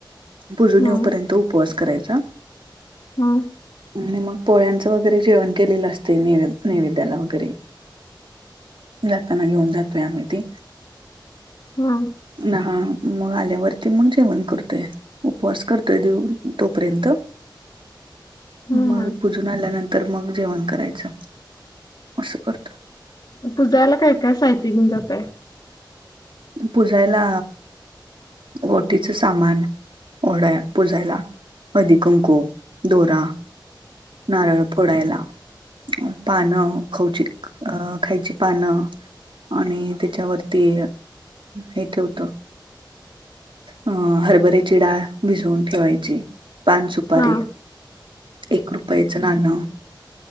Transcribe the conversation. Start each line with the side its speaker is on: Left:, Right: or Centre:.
Right: पुजून
Left: हा
Right: येऊपर्यंत उपवास करायचा.
Left: हा.
Right: आणि मग पोळ्यांचं वगैरे जेवण केलेलं असते नै नैवेद्याला वगैरे जातना घेऊन जातोय आम्ही ते
Left: हम्म
Right: ना हा मग आल्यावरती मग जेवण करतोय. उपवास करतोय तो तोपर्यंत
Left: हा
Right: मग
Left: हा
Right: पूजून आल्यानंतर मग जेवण करायचं असं करतो.
Left: पुजायला काय काय साहित्य घेऊन जाताय?
Right: पुजायला ओटीचं सामान ओढाया प पुजायला अधी कुंकू दोरा नारळ फोडायला पानं खऊची अ खायची पानं आणि त्याच्यावरती हे ठेवतो. अं हरभऱ्याची डाळ भिजवून ठेवायची पानसुपारी
Left: हा
Right: एक रुपयाचं नाणं